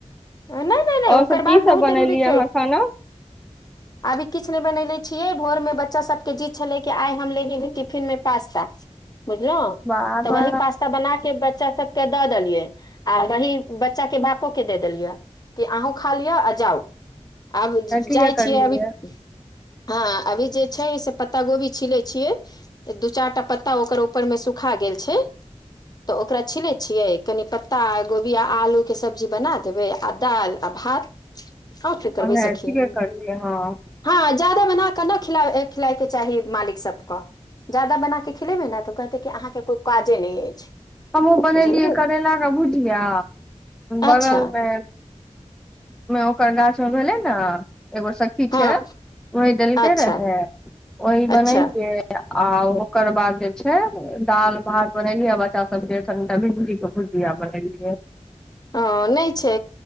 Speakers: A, on the left (about 35°); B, in the centre.
A: नहि नहि नहि
B: ओर
A: ओ करबाक
B: सभ कि सभ
A: बहुत
B: बनेलियै
A: जरूरी छै
B: अहाँ खाना
A: अभी किछु नहि बनले छियै, भोर मे बच्चा सभके जीत छलै, कि आइ हम ले टिफिनमे पास्ता। बुझलहूँ
B: बाबा
A: तऽ वही पासास्ता बना के बच्चा सभ के दऽ देलियै अथि बच्चाके भापो के दे देलियै कि अहूँ ख़ा लिआ जाउ आब
B: अथीके
A: जाइ
B: करलियै
A: छियै अभी हँ, अभी जे छै, से पत्ता गोभी छिले छियै। दू चारिटा पत्ता ओकर ऊपरमे सुखा गेल छै। तऽ ओकरा छनै छियै, कनि पत्ता गोभी आ आलू के सब्जी बना देबै आ दालि आ भात। आओर की करबै
B: ओ ठीके
A: सखी
B: करलिये हँ।
A: हँ जादा बना कऽ नहि खिलऽ खिलाय के चाही मालिक सभकेँ। जादा बनाके खिलेबै ने तऽ कहते कि अहाँकेँ कोइ काजे नहि अछि।
B: हमहूँ बनेलियै
A: बुझलियै
B: करैलाके भुजिया
A: अच्छा
B: बगल मे ओकर गाछमे भेले ने एगो ठीक
A: हँ
B: छै, वही देलक
A: अच्छा
B: रहै ओह बनलियै
A: अच्छा
B: आ ओकर बाद जे छै, दालि भात बनेलियै बच्चा सभ। सभकेटा भिण्डी के भुजिया बनेलियै
A: ह, नहि छै,